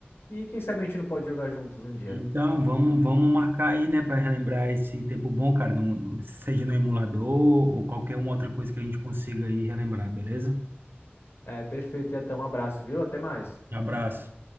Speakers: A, on the left; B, on the right.
A: E quem sabe a gente não pode jogar juntos um dia.
B: Então, vamos, vamos marcar aí, né, para relembrar esse tempo bom, cara, no, seja no emulador ou qualquer uma outra coisa que a gente consiga aí relembrar, beleza?
A: É, perfeito. Então, um abraço, viu? Até mais.
B: Um abraço.